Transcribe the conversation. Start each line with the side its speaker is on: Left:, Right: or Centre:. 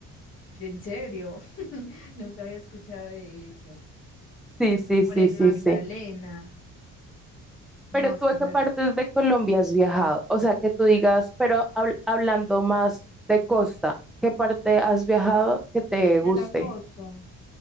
Left: En serio, <laughs> nunca había escuchado de eso.
Centre: Sí, sí,
Left: Por
Centre: sí,
Left: el
Centre: sí,
Left: Magdalena.
Centre: sí, sí.
Left: No,
Centre: Pero tú
Left: es que
Centre: a qué
Left: la
Centre: partes
Left: verdad.
Centre: de Colombia has viajado? O sea, que tú digas, pero habl- hablando más de costa, ¿qué parte has viajado que te guste?
Left: De la costa.